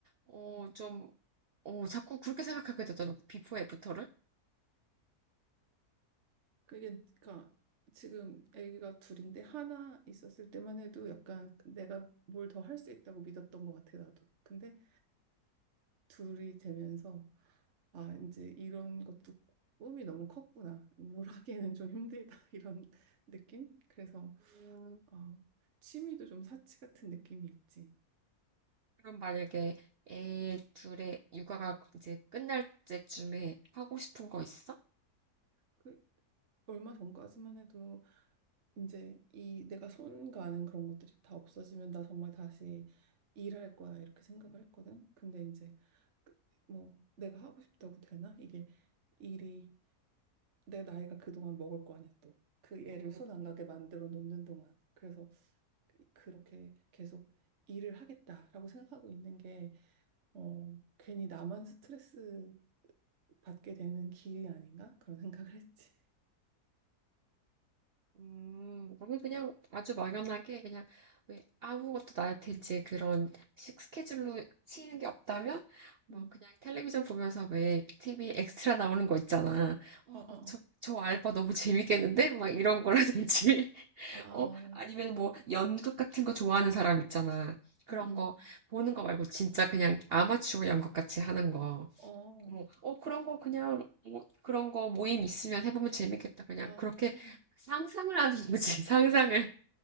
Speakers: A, on the right; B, on the right.
A: 어,
B: 음.
A: 좀, 어, 자꾸 그렇게 생각하게 되더라고. 비포 애프터를.
B: 그게 그러니까 지금 아기가 둘인데 하나 있었을 때만 해도 약간 내가 뭘 더 할 수 있다고 믿었던 것 같아 나도. 근데 둘이 되면서 아 이제 이런 것도 꿈이 너무 컸구나. 뭘 하기에는 좀 힘들다 <laughs> 이런 느낌. 그래서
A: 음,
B: 아 취미도 좀 사치 같은 느낌이 있지.
A: 그럼 만약에 애 둘의 육아가 이제 끝날 때쯤에 하고 싶은 거 있어?
B: 그 얼마 전까지만 해도 이제 이 내가 손 가는 그런 것들이 다 없어지면 나 정말 다시 일할 거야 이렇게 생각을 했거든. 근데 이제 그- 뭐 내가 하고 싶다고 되나? 이게 일이 내 나이가 그동안 먹을 거 아니야 또. 그 애를
A: 음,
B: 손 안 가게 만들어 놓는 동안. 그래서 그- 그렇게 계속 일을 하겠다라고 생각하고 있는 게 어, 괜히 나만 스트레스 받게 되는 길이 아닌가? 그런 <laughs> 생각을 했지.
A: 음, 나는 그냥 아주 막연하게 그냥 왜 아무것도 나한테 이제 그런 식 스케줄로 치이는 게 없다면 막
B: 음.
A: 그냥 텔레비전 보면서 왜 TV 엑스트라 나오는 거 있잖아. 어,
B: 어, 어,
A: 그럼 저,
B: 어.
A: 저 알바 너무 재밌겠는데? 막 이런 거라든지. <laughs>
B: 아,
A: 어, 아니면 뭐 연극 같은 거 좋아하는 사람 있잖아. 그런
B: 음, 음.
A: 거 보는 거 말고 진짜 그냥 아마추어 연극 같이 하는 거.
B: 어.
A: 어, 어, 그런 거 그냥, 뭐, 그런 거 모임 있으면 해보면 재밌겠다. 그냥
B: 아,
A: 그렇게 상상을 하는 거지, <laughs> 상상을.